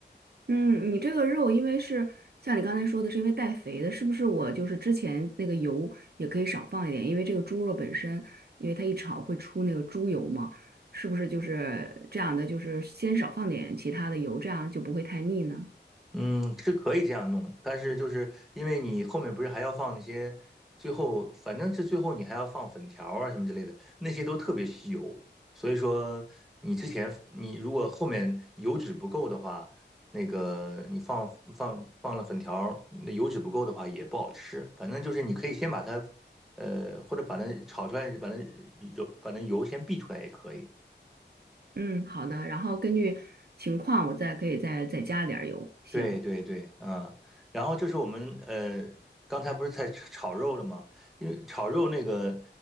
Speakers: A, on the right (about 60°); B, in the centre.
A: 嗯，你这个肉因为是像你刚才说的，是因为带肥的，是不是我就是之前那个油也可以少放一点，因为这个猪肉本身，因为它一炒会出那个猪油嘛，是不是就是这样的，就是先少放点其他的油，这样就不会太腻呢？
B: 嗯，是可以这样弄，但是就是因为你后面不是还要放一些，最后反正是最后你还要放粉条啊什么之类的，那些都特别吸油，所以说你之前你如果后面油脂不够的话，那个你放放放了粉条，那油脂不够的话也不好吃，反正就是你可以先把它，呃，或者把它炒出来，把那油把那油先避出来也可以。
A: 嗯，好的，然后根据情况我再可以再再加点儿油。行，
B: 对对对，嗯，然后就是我们呃，刚才不是在炒炒肉了吗？因为炒肉那个